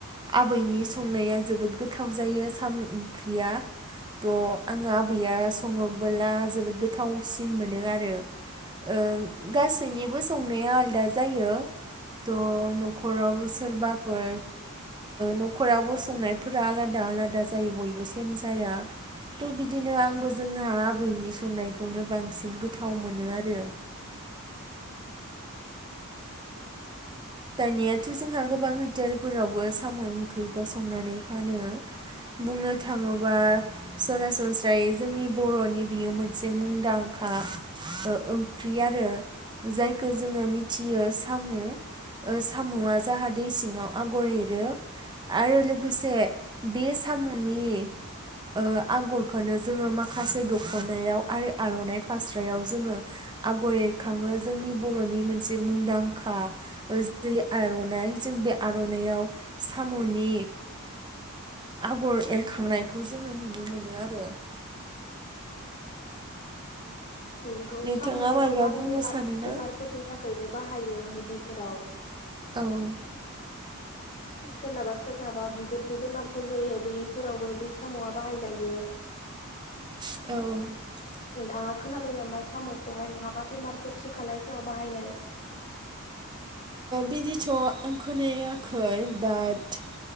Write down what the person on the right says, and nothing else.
आबैनि संनाया जोबोद गोथाव जायो साम' ओंख्रिया थह आङो आबैया सङोबोला जोबोद गोथावसिन मोनो आरो ओं गासैनिबो सं नाया आलादा जायो थह न'खराव सोरबाफोर न'खरावबो संनायफोरा आलादा आलादा जायो बयबो सेम जाया थ' बिदिनो आंबो जोंहा आबैनि संनायखौनो बांसिन गोथाव मोनो आरो। दानियाथ' जोंहा गोबां हटेलफोरावबो साम' ओंख्रिखौ संनानै फानो बुंनो थाङोबा सरासनस्रायै जोंनि बर'नि बियो मोनसे मुंदांखा ओंख्रि आरो जायखौ जोङो मि थियो साम' ओ साम'आ जाहा दै सिङाव आगर एरो आरो लोगोसे बे साम'नि ओ आगरखौनो जोङो माखासे दख'नायाव आरो आर'नाइ फास्रायाव जोङो आगर एरखाङो जोंनि बर'नि मोनसे मुंदांखा जै आर'नाइ जों बे आर'नाइाव साम'नि आगर एरखांनायखौ जोङो नुनो मोनो आरो।
नोंथाङा
मायबा
बुंनो
सानो ना?
औ औ
औ
बिदिथ' आं खोनायाखै बाट